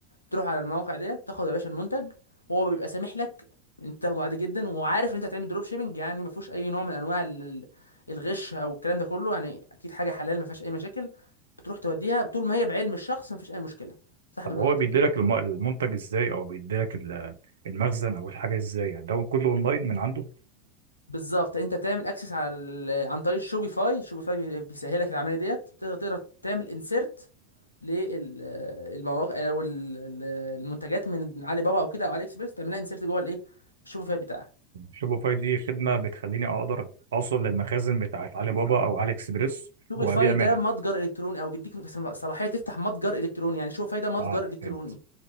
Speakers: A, on the left; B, on the right.
A: تروح على المواقع ديت تاخد يا باشا المنتج هو بيبقى سامح لك انت تاخده عادي جدا وعارف ان انت هتعمل دروب شيبنج يعني ما فيهوش اي نوع من انواع ال- ال- الغش او الكلام ده كله يعني اكيد حاجه حلال ما فيهاش اي مشاكل بتروح توديها طول ما هي بعلم الشخص ما فيش اي مشكله صاحب
B: طب
A: المنتج
B: هو بيديلك الم- المنتج ازاي او بيديلك ال- المخزن او الحاجة ازاي يعني ده كله اونلاين من عنده
A: بالظبط انت بتعمل اكسس على ال- عن طريق شوبيفاي شوبيفاي بي- بيسهلك العمليه ديت تقدر تقدر تعمل انسيرت للمواقع او ال- ال- المنتجات من علي بابا او كده او علي اكسبريس تعملها انسيرت جوه الايه الشوبيفاي بتاعك
B: شوبيفاي دي خدمة بتخليني أقدر أوصل للمخازن بتاعت علي بابا أو علي إكسبريس
A: شوبيفاي
B: وأبيع منها.
A: ده متجر الكتروني او بيديك سم- صلاحيه تفتح متجر الكتروني يعني شوبيفاي ده متجر
B: آه
A: الكتروني
B: فهمت